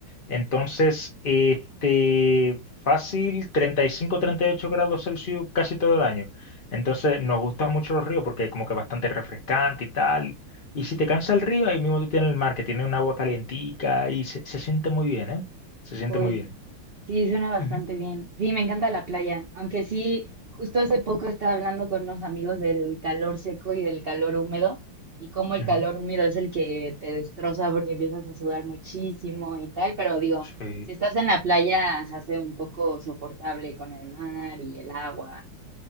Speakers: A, on the left (about 50°); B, on the right (about 55°).
A: Entonces, este, fácil, 35, 38 grados Celsius casi todo el año. Entonces, nos gustan mucho los ríos porque como que bastante refrescante y tal. Y si te cansa el río, ahí mismo tú tienes el mar, que tiene un agua calientica y se, se siente muy bien, ¿eh? Se siente
B: Uy,
A: muy bien.
B: Sí, suena bastante
A: Ujú,
B: bien. Sí, me encanta la playa, aunque sí, justo hace poco estaba hablando con unos amigos del calor seco y del calor húmedo y cómo el
A: ujú.
B: calor húmedo es el que te destroza porque empiezas a sudar muchísimo y tal, pero digo,
A: Sí,
B: si estás en la playa se hace un poco soportable con el mar y el agua